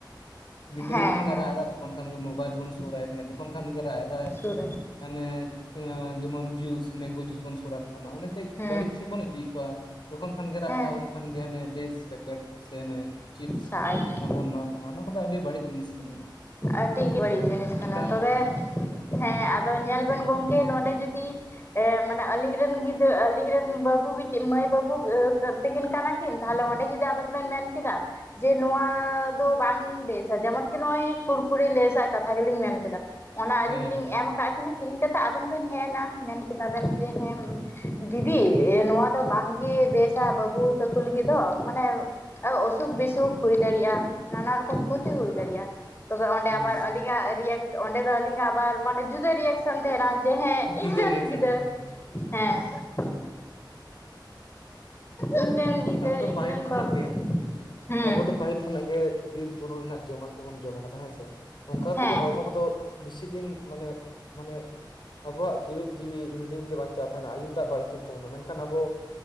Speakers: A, on the left; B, on the left.
A: ᱜᱤᱫᱽᱨᱟᱹ
B: ᱦᱮᱸ
A: ᱡᱚᱠᱷᱚᱱᱮ
B: ᱦᱮᱸ
A: ᱨᱟᱜ-ᱮᱫᱟ ᱛᱚᱠᱷᱚᱱ ᱠᱷᱟᱱ ᱜᱮ ᱢᱳᱵᱟᱭᱤᱞ ᱵᱚᱱ ᱥᱩᱨ ᱟᱭ ᱚᱱᱮ ᱡᱚᱠᱷᱚᱱ ᱠᱷᱟᱱ ᱜᱮ ᱨᱟᱜᱽ ᱮᱫᱟᱭ
B: ᱥᱩᱨ ᱨᱮ
A: ᱟᱱᱮ ᱮᱸ ᱡᱮᱢᱚᱱ ᱡᱩᱥ ᱢᱮᱝᱜᱳ ᱡᱩᱥ ᱵᱚᱱ ᱥᱳᱨ ᱟᱠᱟᱱ ᱠᱟᱱᱟ ᱢᱟᱱᱮ ᱪᱮᱫ
B: ᱦᱮᱸ
A: ᱵᱟᱹᱲᱤᱡ ᱥᱮᱫ ᱵᱚᱱ ᱤᱫᱤᱭᱮᱫ ᱠᱚᱣᱟ ᱡᱚᱠᱷᱚᱱ ᱠᱷᱟᱱ ᱜᱮ ᱨᱟᱜᱽ
B: ᱦᱮᱸ
A: ᱮᱫᱟᱭ ᱩᱱ ᱠᱷᱟᱱ ᱜᱮ ᱱᱮ ᱰᱮᱥᱯᱮᱠᱮᱴ ᱥᱮ ᱦᱟᱱᱮ ᱪᱤᱯᱥ
B: ᱥᱟᱦᱟᱭ ᱢᱮ
A: ᱱᱚᱣᱟ ᱠᱚ ᱵᱚᱱ ᱮᱢᱟᱣ ᱠᱚ ᱠᱟᱱᱟ ᱱᱚᱣᱟ ᱠᱚᱫᱚ ᱟᱹᱰᱤ ᱵᱟᱹᱲᱤᱡ ᱡᱤᱱᱤᱥ ᱠᱟᱱᱟ
B: ᱟᱹᱰᱤᱜᱮ ᱵᱟᱹᱲᱤᱡ ᱡᱤᱱᱤᱥ
A: ᱢᱮᱱᱠᱷᱟᱱ
B: ᱠᱟᱱᱟ, ᱛᱚᱵᱮ ᱦᱮᱸ ᱟᱫᱚ ᱧᱮᱞ ᱵᱮᱱ ᱜᱚᱝᱠᱮ ᱱᱚᱰᱮ ᱡᱩᱫᱤ ᱮ ᱢᱟᱱᱮ ᱟᱞᱤᱧ ᱨᱮᱱ ᱜᱤᱫᱽᱨᱟᱹ ᱟᱞᱤᱧ ᱨᱮᱱ ᱵᱟᱹᱵᱩ ᱵᱤᱴᱤ ᱢᱟᱹᱭ ᱵᱟᱹᱵᱩ <unintelligible> ᱛᱟᱹᱠᱤᱱ ᱠᱟᱱᱟ ᱠᱤᱱ ᱛᱟᱦᱞᱮ ᱚᱸᱰᱮ ᱡᱩᱫᱤ ᱟᱵᱮᱱ ᱵᱮᱱ ᱢᱮᱱ ᱠᱮᱫᱟ ᱡᱮ ᱱᱚᱣᱟ ᱫᱚ ᱵᱟᱝ ᱵᱮᱥᱟ ᱡᱮᱢᱚᱱᱠᱤ ᱱᱚᱜᱼᱚᱭ ᱠᱩᱨ ᱠᱩᱲᱤ ᱞᱮᱥᱟᱜ ᱠᱟᱛᱷᱟ ᱜᱮᱞᱤᱧ ᱢᱮᱱ ᱠᱮᱫᱟ ᱚᱱᱟ ᱟᱹᱞᱤᱧ
A: ᱦᱮᱸ
B: ᱞᱤᱧ
A: ᱦᱮᱸ
B: ᱮᱢ ᱠᱟᱜ ᱠᱤᱱᱟ ᱠᱤᱨᱤᱧ ᱠᱟᱛᱮᱫ ᱟᱵᱮᱱ ᱵᱮᱱ ᱦᱮᱡ ᱮᱱᱟ ᱢᱮᱱ ᱠᱮᱫᱟ ᱵᱮᱱ ᱡᱮ ᱦᱮᱸ ᱫᱤᱫᱤ ᱱᱚᱣᱟ ᱫᱚ ᱵᱟᱝᱜᱮ ᱵᱮᱥᱟ ᱵᱟᱹᱵᱩ ᱛᱮᱠᱚ ᱞᱟᱹᱜᱤᱫ ᱫᱚ ᱢᱟᱱᱮ ᱚᱥᱩᱠ ᱵᱤᱥᱩᱠ ᱦᱩᱭ ᱫᱟᱲᱮᱭᱟᱜᱼᱟ ᱱᱟᱱᱟ ᱨᱚᱠᱚᱢ ᱠᱷᱚᱛᱤ ᱦᱩᱭ ᱫᱟᱲᱮᱭᱟᱜᱼᱟ ᱛᱚᱵᱮ
A: ᱦᱩᱸ
B: ᱚᱸᱰᱮ ᱟᱵᱟᱨ ᱟᱞᱤᱧᱟᱜ ᱨᱤᱭᱮᱠᱴ ᱚᱸᱰᱮ ᱫᱚ ᱟᱞᱤᱧᱟᱜ ᱟᱵᱟᱨ ᱢᱟᱱᱮ ᱡᱩᱫᱟᱹ ᱨᱤᱭᱮᱠᱥᱚᱱ ᱛᱟᱦᱮᱱᱟ ᱡᱮ ᱦᱮᱸ ᱤᱧ
A: ᱡᱩᱫᱟᱹ
B: ᱨᱮᱱ
A: ᱨᱤᱭᱮᱠᱥᱚᱱ
B: ᱜᱤᱫᱟᱹᱨ
A: ᱛᱟᱦᱮᱱ ᱠᱟᱱᱟ
B: ᱦᱮᱸ ᱤᱧ ᱨᱮᱱ ᱜᱤᱫᱟᱹᱨ
A: ᱟᱵᱚ ᱫᱚ
B: ᱤᱧ
A: ᱯᱟᱦᱤᱞ
B: ᱨᱮᱱ
A: ᱠᱷᱚᱱᱟᱜ
B: ᱵᱟᱹᱵᱩ
A: ᱜᱮ
B: ᱦᱩᱸ ᱦᱮᱸ
A: ᱟᱵᱚ ᱫᱚ ᱯᱟᱹᱦᱤᱞ ᱠᱷᱚᱱᱟᱜ ᱜᱮ ᱵᱤᱨ ᱵᱩᱨᱩ ᱨᱮᱱᱟᱜ ᱡᱚᱢᱟᱜ ᱠᱚᱵᱚᱱ ᱡᱚᱢ ᱠᱟᱫᱟ ᱦᱮᱸᱥᱮ ᱚᱱᱠᱟ
B: ᱦᱮᱸ
A: ᱛᱮᱜᱮ ᱦᱚᱲᱢᱚ ᱠᱚᱫᱚ ᱵᱤᱥᱤ ᱫᱤᱱ ᱢᱟᱱᱮ ᱢᱟᱱᱮ ᱟᱵᱚᱣᱟᱜ ᱡᱤᱣᱤᱫ ᱡᱤᱣᱤ ᱩᱧ ᱫᱤᱱ ᱜᱮ ᱵᱟᱧᱪᱟᱣ ᱛᱟᱦᱮᱱᱟ ᱟᱭᱩᱴᱟᱜ ᱵᱟᱹᱲᱛᱤᱜ ᱛᱟᱵᱚᱱᱟ ᱢᱮᱱᱠᱷᱟᱱ ᱟᱵᱚ